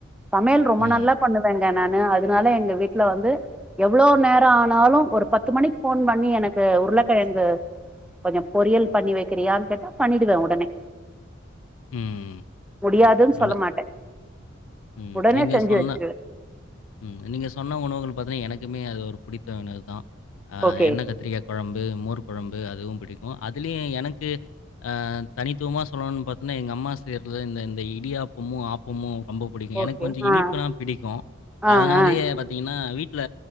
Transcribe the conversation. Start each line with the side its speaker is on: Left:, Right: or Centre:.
Centre: சமையல் ரொம்ப
Left: ம்,
Centre: நல்லா பண்ணுவேங்க நான் அதனால எங்க வீட்டல வந்து எவ்வளோ நேரம் ஆனாலும் ஒரு பத்து மணிக்கு போன் பண்ணி எனக்கு உருளைக்கிழங்கு கொஞ்சம் பொரியல் பண்ணி வைக்கிறியா கேட்டா பண்ணிடுவே உடனே
Left: உம்
Centre: முடியாதுன்னு
Left: உம் ரொம்ப
Centre: சொல்ல மாட்டே
Left: உம்
Centre: உடனே
Left: நீங்க
Centre: செஞ்சு
Left: சொன்ன
Centre: வச்சிருவே
Left: உம் நீங்க சொன்ன உணவுகள் பாத்தனா எனக்கு க்குமே அது ஒரு பிடித்த உணவு தான்
Centre: ஓகே
Left: எண்ணெய் கத்திரிக்கா குழம்பு மோர் குழம்பு அதுவும் பிடி இருக்கும் அதுலயும் எனக்கு தனித்துவமா சொல்லணும்னு பார்த்த எங்க அம்மா செய்யறது இந்த இடியாப்பமும் ஆப்பமும் ரொம்ப பிடிக்கும்
Centre: ஓகே
Left: எனக்கு கொஞ்சம்
Centre: ஆ
Left: இனிப்புலாம் பிடிக்கும்
Centre: ஆ
Left: அதனாலயே
Centre: ஆ ஆ
Left: பார்த்தீங்கன்னா வீட்டில